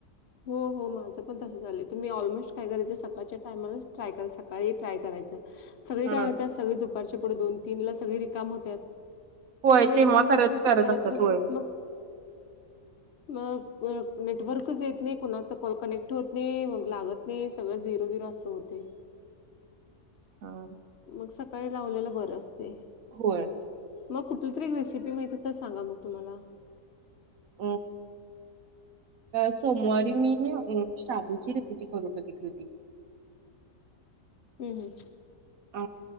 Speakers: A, on the left; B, on the right.
A: हो हो माझं पण तसं झालं तुम्ही ऑलमोस्ट काय करायच सकाळच्या टायमालाच ट्राय करा सकाळी ट्राय करायचं. सगळे
B: हा.
A: काय करतात सगळी दुपारच्या पुढे दोन तीन ला सगळे रिकाम होतात.
B: होय
A: सगळे
B: तेव्हा
A: रिकाम
B: करत
A: झालं कि ते करत
B: असतात
A: बसत
B: होय.
A: मग मग नेटवर्कच येत नाही कोणाच कॉल कनेक्ट होत नाही मग लागत नाही सगळं झिरो झिरो असं होतय.
B: हा.
A: मग सकाळी लावलेला बरं असतय.
B: होय.
A: मग कुठली तरी एक रेसिपी माहिती आसली तर सांगा मग तुम्हाला.
B: म सोमवारी मी शाबूची रेसिपी करून बघितली होती.
A: हम्म हम्म.
B: अ